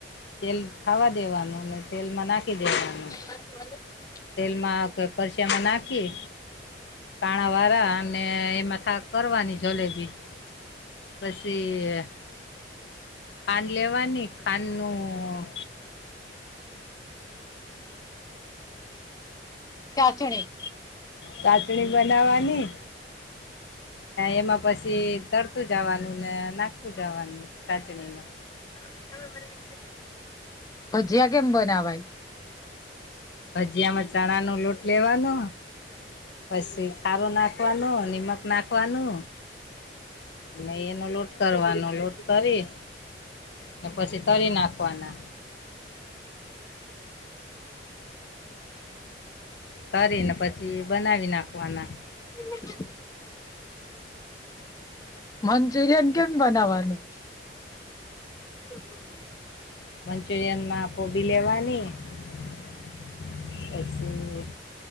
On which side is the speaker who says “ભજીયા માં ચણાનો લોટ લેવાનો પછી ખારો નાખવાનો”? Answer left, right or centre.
Left